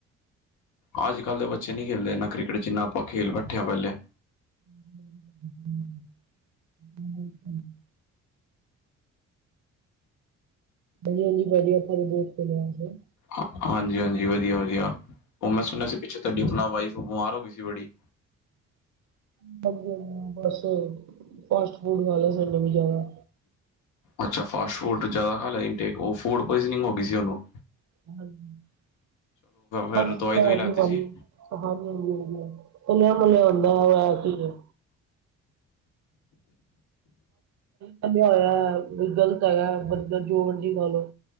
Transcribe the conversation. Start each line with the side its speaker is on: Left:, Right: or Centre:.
Left: ਆੱਜ-ਕਾੱਲ ਦੇ ਬੱਚੇ ਨਈ ਖੇਲਦੇ ਏਨਾਂ ਕ੍ਰਿਕਟ, ਜਿੰਨਾ ਆਪਾਂ ਖੇਲ ਬੈਠੇ ਆ ਪੈਲੇ।
Right: <inaudible> <unintelligible> ਬਦੀਆ ਜੀ ਬਦੀਆ, ਆੱਪਾ ਤੇ ਬੋਤ ਖੇਲੇ ਆ ਵੈਸੇ।
Left: ਹਾਂ, ਹਾਂਜੀ-ਹਾਂਜੀ ਵਦੀਆ-ਵਧੀਆ, ਓ ਮੈਂ ਸੁਨੇਆ ਸੀ ਪਿੱਛੇ ਤੁਆਡੀ ਅਪਨਾ ਵਾਈਫ ਬਿਮਾਰ ਹੋ ਗੀ ਸੀ ਬੜੀ।
Right: <unintelligible> ਬੱਸ ਫਾਸਟ-ਫੂਡ ਖਾਲੇ ਸੀ ਓਨੇ ਵੀ ਜਾਦਾ।
Left: ਅੱਛਾ, ਫਾਸਟ-ਫੂਡ ਜਾਦਾ ਖਾਲੇਆ ਸੀ ਇੰਟੇਕ ਓ ਫੂੜ-ਪੋਈਜਨੀਂਗ ਹੋਗੀ ਸੀ ਓਨੂੰ?
Right: <unintelligible>
Left: ਫਿਰ ਦਵਾਈ ਦਵਾਈ ਲਾਤੀ
Right: ਭਾਜੀ।
Left: ਸੀ
Right: ਓ ਹਾਂਜੀ-ਹਾਂਜੀ, ਵਦੀਆ ਤਲੇਆ-ਮੱਲੇਆ ਹੁੰਦੈ ਫੇਰ ਤਲੇਆ ਹੋਏਆ,, ਗਲਤ ਹੈਗਾ ਬਰ ਬਰਗਰ ਜੋ ਮਰਜੀ ਲੈਲੋ।